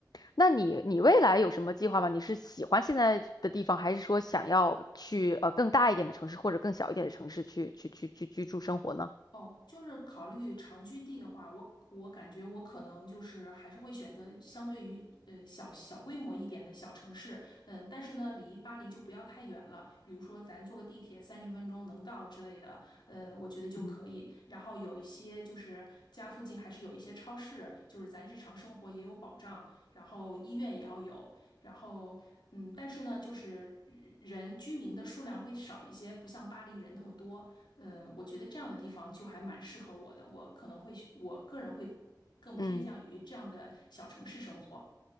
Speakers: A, on the left; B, on the left.
A: 那你你未来有什么计划吗？你是喜欢现在的地方，还是说想要去呃更大一点的城市或者更小一点的城市去去去去居住生活呢？
B: 哦，就是考虑长居地的话，我我感觉我可能就是还是会选择相对于呃小小规模一点的小城市，嗯，但是呢，离巴黎就不要太远了，比如说咱坐个地铁三十分钟能到之类的，呃，我觉得就可以。
A: 嗯
B: 然后有一些就是家附近还是有一些超市，就是咱日常生活也有保障，然后医院也要有，然后。嗯，但是呢，就是呃人居民的数量会少一些，不像巴黎人那么多。嗯，我觉得这样的地方就还蛮适合我的，我可能会，我个人会更偏向于这样的小城市生活。
A: 嗯。